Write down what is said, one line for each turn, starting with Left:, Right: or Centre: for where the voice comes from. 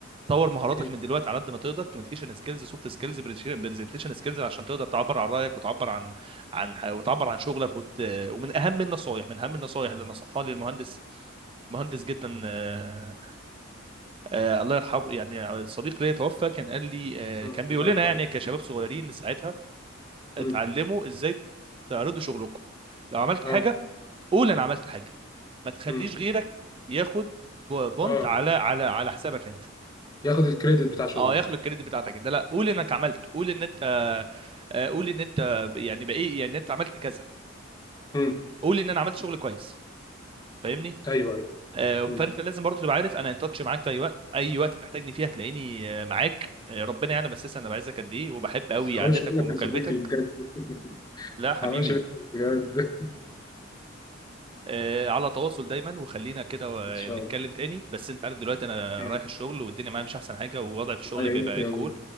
Right: طور مهاراتك
Left: أكيد.
Right: من دلوقتي على قد ما تقدر كوميونيكيشن سكيلز سوفت سكيلز برزنتيشن سكيلز عشان تقدر تعبر عن رايك وتعبر عن عن ح- وتعبر عن شغلك وت... ومن اهم النصائح من اهم النصائح اللي نصحها لي المهندس مهندس جدا آه، آه، الله يرحمه يعني صديق ليا توفى كان قال لي
Left: أمم.
Right: آه، كان بيقول
Left: الله
Right: لنا
Left: يرحمه
Right: يعني كشباب صغيرين ساعتها اتعلموا
Left: أمم.
Right: ازاي تعرضوا شغلكم لو عملت
Left: اه
Right: حاجه قول انا عملت حاجه ما تخليش
Left: امم
Right: غيرك ياخد ب- بونت
Left: اه
Right: على على على حسابك انت
Left: ياخد الكريدت بتاع شغلك
Right: اه ياخدوا الكريدت بتاعتك انت لا قول انك عملت قول ان انت آه، قول ان انت يعني بايه يعني انت عملت كذا
Left: امم
Right: قول ان انا عملت شغل كويس فاهمني
Left: ايوه ايوه
Right: آه،
Left: امم
Right: فانت لازم برضه تبقى عارف انا ان تاتش معاك في اي وقت اي وقت تحتاجني فيها هتلاقيني آه، معاك آه، ربنا يعلم اساسا انا بعزك قد ايه وبحب قوي
Left: حرامش
Right: قعدتك
Left: منك
Right: ومكالمتك
Left: يا صديقي بجد <laughs>
Right: لا حبيبي
Left: حرامش منك بجد
Right: آه، على تواصل دايما وخلينا كده
Left: <laughs>
Right: آه،
Left: ان شاء
Right: نتكلم
Left: الله
Right: تاني بس انت عارف دلوقتي انا
Left: أوكي.
Right: رايح الشغل والدنيا معايا مش احسن حاجه ووضعي في الشغل
Left: الله يعينك
Right: بيبقى
Left: يا
Right: انكول
Left: ابوي